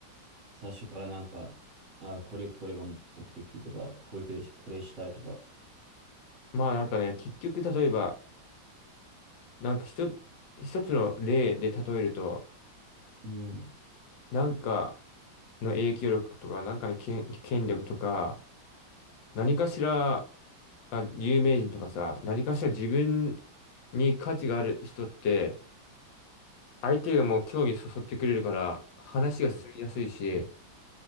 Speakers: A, on the right; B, on the left.
A: 最初からなんか、あ、これ、これが目的とか、これ、これこれしたいとか。
B: まあなんかね、結局例えば、なんか一つ、一つの例で例えると、
A: うん。
B: なんかの影響力とか、なんかの権、権力とか、何かしら、あ、有名人とかさ、何かしら自分に価値がある人って、相手がもう興味そそってくれるから、話が進みやすいし、
A: うん。